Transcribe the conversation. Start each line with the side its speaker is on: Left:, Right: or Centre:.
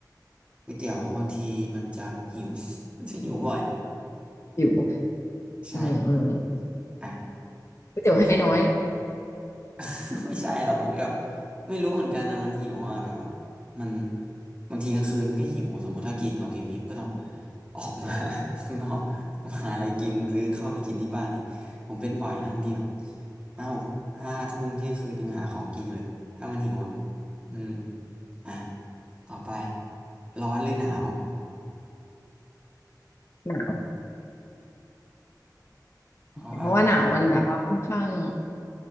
Right: ก๋วยเตี๋ยวบางทีมันจะหิว <laughs> จะหิวบ่อย
Left: อยู่
Right: ใช่
Left: อืมอืม
Right: อ่ะ
Left: ก๋วยเตี๋ยวให้น้อย
Right: คำ <laughs> ไม่ใช่หรอกเหมือนกับไม่รู้เหมือนกันนะมันหิวอ่ะแบบว่มันบางทีกลางคืนก็หิวสมมุติถ้ากินเรากินไม่อิ่มก็ต้องออกมา <laughs> ข้างนอกมาหาอะไรกินหรือเข้าไปกินที่บ้านอีกผมเป็นบ่อยนะบางทีแบบห้าหกห้าทุ่มเที่ยงคืนยังหาของกินเลยถ้ามันหิวอ่ะอืมอ่ะต่อไปร้อนหรือหนาว
Left: หนาว
Right: เพราะอะไร
Left: เพราะว่าหนาวมันแบบว่าค่อนข้าง